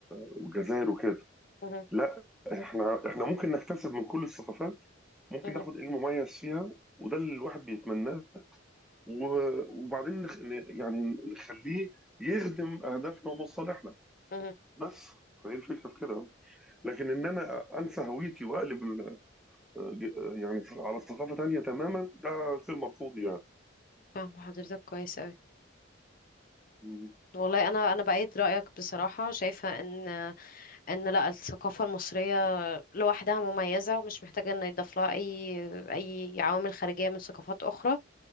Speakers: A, in the centre; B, on the left (about 45°).
A: والجزائر وكده
B: مهم،
A: لا احنا احنا ممكن نكتسب من كل الثقافات ممكن
B: مهم،
A: ناخد ايه المميز فيها وده اللي الواحد بيتمناه و- وبعدين نخ... ن- يعني نخليه يخدم اهدافنا ومصالحنا
B: مهم.
A: بس فهي الفكره في كده لكن ان انا انسى هويتي واقلب ال- ج- يعني على ثقافه تانية تماما ده شيء مرفوض يعني
B: فاهمة حضرتك كويس أوي
A: مم.
B: والله أنا أنا بأيد رأيك بصراحة شايفة إن ان لا الثقافة المصرية لوحدها مميزة ومش محتاجة ان يضاف لها اي اي عوامل خارجية من ثقافات اخرى